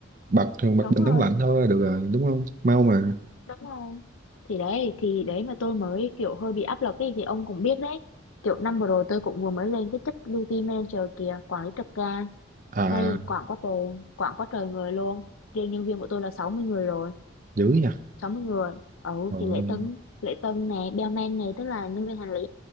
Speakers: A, on the right; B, on the left.
A: bật bật
B: đúng
A: bình
B: rồi
A: nóng lạnh thôi là được rồi, đúng không? Mau mà.
B: đúng rồi thì đấy thì đấy mà tôi mới kiểu hơi bị áp lực ấy thì ông cũng biết đấy kiểu năm vừa rồi tôi cũng vừa mới lên cái chức duty manager kìa quản lý trực ca
A: à,
B: đây quảng quá trời quảng quá trời người luôn riêng nhân viên của tôi là 60 người rồi
A: dữ nhỉ
B: sáu mươi người ừ
A: rồi
B: thì lễ tân lễ tân nè bellman này tức là nhân viên hành lý